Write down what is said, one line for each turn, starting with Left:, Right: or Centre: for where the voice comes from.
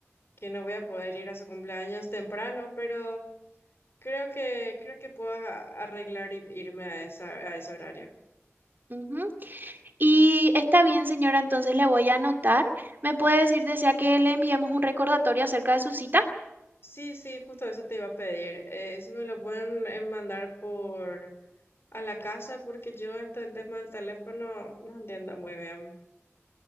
Left: que no voy a poder ir a su cumpleaños temprano, pero creo que creo que puedo a- arreglar y irme a esa, a ese horario.
Right: Ujú. Y está bien, señora, entonces le voy a anotar. ¿Me puede decir, desea que le enviemos un recordatorio acerca de su cita?
Left: Sí, sí, justo eso te iba a pedir. Eh, si me lo pueden eh, mandar por a la casa, porque yo hasta el tema del teléfono no entiendo muy bien.